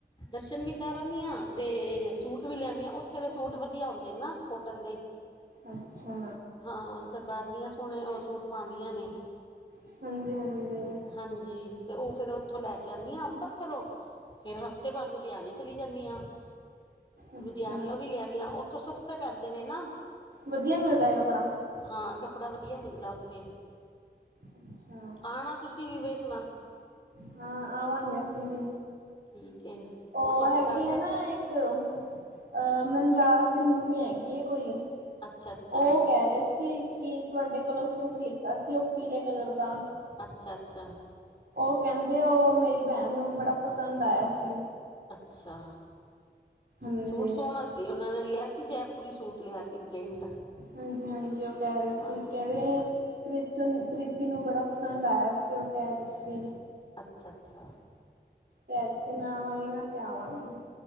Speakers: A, on the left; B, on the right.
A: ਦਰਸ਼ਨ ਵੀ ਕਰ ਆਨੀ ਆਂ ਤੇ ਸੂਟ ਵੀ ਲਿਆਦੀ ਹਾਂ ਉੱਥੇ ਦੇ ਸੂਟ ਵਧੀਆ ਹੁੰਦੇ ਨਾ ਕੋਟਨ ਦੇ।
B: ਅੱਛਾ।
A: ਹਾਂ ਸਰਦਾਰਨੀਆਂ ਸੋਹਣੇ ਉਹ ਸੂਟ ਪਾਉਂਦੀਆਂ ਨੇ।
B: ਸੰਜੀ ਹਾਂਜੀ।
A: ਹਾਂਜੀ ਤੇ ਉਹ ਫੇਿਰ ਉੱਥੋਂ ਲੈ ਕੇ ਆਉਂਦੀ ਆ ਅੰਮ੍ਰਿਤਸਰੋਂ। ਫੇਰ ਹਫ਼ਤੇ ਬਾਅਦ ਲੁਧਿਆਣੇ ਚਲੀ ਜਾਂਨੀ ਆਂ।
B: ਅੱਛਾ
A: ਲੁਧਿਆਣੇਓ ਵੀ ਲੈ ਆਨੀ ਆਂ ਉੱਥੋਂ ਸਸਤੇ ਪੈਂਦੇ ਨੇ ਨਾ।
B: ਵਧੀਆ ਮਿਲਦਾ ਹੈ ਕੱਪੜਾ
A: ਹਾਂ ਕੱਪੜਾ ਵਧੀਆ ਮਿਲਦਾ ਉੱਥੇ
B: ਅੱਛਾ
A: ਆਣਾ ਤੁਸੀਂ ਵੀ ਵੇਖਣਾ
B: ਹਾਂ ਆਵਾਂਗੇ ਅਸੀ ਵੀ
A: ਠੀਕ ਹੈ
B: ਉਹ
A: ਹੋਰ ਤੁਹਾਡੇ
B: ਹੈਗੀ
A: ਘਰ
B: ਐ
A: ਸਭ
B: ਨਾ
A: ਠੀਕ
B: ਇਕ ਇੱਕ ਅਹ ਮਨਰਾਜ ਦੀ ਮੰਮੀ ਹੈਗੀ ਐ ਕੋਈ
A: ਅੱਛਾ ਅੱਛਾ
B: ਉਹ ਕਹਿ ਰਹੇ ਸੀ। ਕੀ ਤੁਹਾਡੇ ਕੋਲੋਂ ਸੂਟ ਲੀਤਾ ਸੀ ਉਹ ਪੀਲੇ ਕਲਰ ਦਾ।
A: ਅੱਛਾ ਅੱਛਾ।
B: ਉਹ ਕਹਿੰਦੇ ਉਹ ਮੇਰੀ ਬੈਣ ਨੂੰ ਬੜਾ ਪਸੰਦ ਆਇਆ ਸੀ।
A: ਅੱਛਾ
B: ਹਾਂਜੀ
A: ਸੂਟ ਸੋਣਾ ਸੀ। ਸੀ, ਉਹਨਾਂ ਨੇ ਲਿਆ ਸੀ ਜੈਪੁਰੀ ਸੂਟ ਲਿਆ ਸੀ ਪ੍ਰਿੰਟ
B: ਹਾਂਜੀ ਹਾਂਜੀ ਉਹ ਕਹਿ ਰਹੇ ਸੀ,
A: ਹਾਂ
B: ਕਹਿ ਰਹੇ। ਪ੍ਰੀਤ ਪ੍ਰੀਤੀ ਨੂੰ ਬੜਾ ਪਸੰਦ ਆਇਆ ਸੀ ਉਹ ਕਹਿ ਰਹੀ ਸੀ।
A: ਅੱਛਾ ਅੱਛਾ।
B: ਪੈਰਸੇ ਮੈਂ ਆਵਾਂਗੀ ਨਾ, ਤੇ ਆਵਾਂਗੀ।